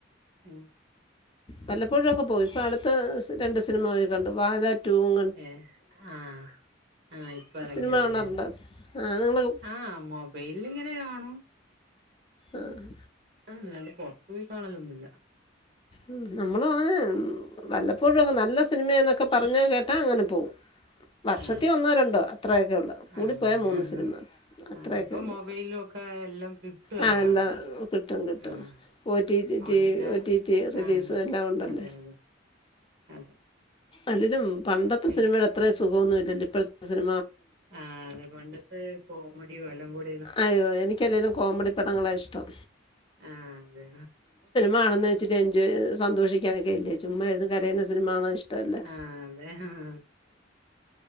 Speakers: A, on the right; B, on the left.
A: ഉം
B: വല്ലപ്പോഴും ഒക്കെ പോയി ഇപ്പൊ അട് പത്ത് രണ്ട് സിനിമ പോയി കണ്ട് വാഴാ ടൂവും
A: ഏ ആഹ് ആ ഇപ്പറങ്ങ്യത്
B: സിനിമ കാണാറുണ്ടോ
A: ലേ
B: ആ നിങ്ങൾ
A: ആഹ് മൊബൈലില് ഇങ്ങനെ കാണും
B: ആഹ്
A: ആല്ലണ്ട് പുറത്തു പോയി കാണലൊന്നൂ ഇല്ല
B: ഉം നമ്മളും അങ്ങനെ വല്ലപ്പോഴുഒക്കെ നല്ല സിനിമയാ എന്നൊക്കെ പറഞ്ഞാ കേട്ടാ അങ്ങനെ പോകും വർഷത്തി
A: ആഹ്
B: ഒന്നോ രണ്ടോ അത്രയൊക്കെ ഉള്ളു കൂടിപ്പോയാ
A: ആഹ് അങ്ങനെ
B: മൂന്ന്
A: ആഹ്
B: സിനിമ അത്രയൊക്കെള്ളു
A: ആഹ് ഇപ്പൊ മൊബൈലിലും ഒക്കെ എല്ലാം കിട്ടുവല്ലോ
B: ആ
A: കാണാൻ
B: എല്ലാം കിട്ടും കിട്ടും
A: ആഹ്
B: ഓ റ്റി റ്റി
A: അതോണ്ട്
B: ടി വി
A: പിന്നെ
B: ഓ റ്റി റ്റി റിലീസ്
A: ആഹ്
B: എല്ലാം ഉണ്ടല്ലോ
A: അതെ അതെ അതെ
B: അതിലും പണ്ടത്തെ
A: പി
B: സിനിമയുടെത്രേം സുഖ മൊന്നുമില്ലല്ലോ ഇപ്പഴത്തെ സിനി
A: ആഹ് അതെ പണ്ടത്തെ ഇ പോ മഡിം എല്ലാം കൂടിം
B: അയോ എനിക്ക് അല്ലേലും കോമഡി പടങ്ങളാ ഇഷ്ടം
A: ആഹ് അതെ
B: മാണുന്ന് വെച്ചിട്ട് എൻജോയ് സന്തോഷിക്കാനൊക്കെ അല്ലേ ചുമ്മായിരുന്നു കരയുന്ന സിനിമ കാണാൻ ഇഷ് ടല്ലാ
A: ആഹ് അതെ ആഹ്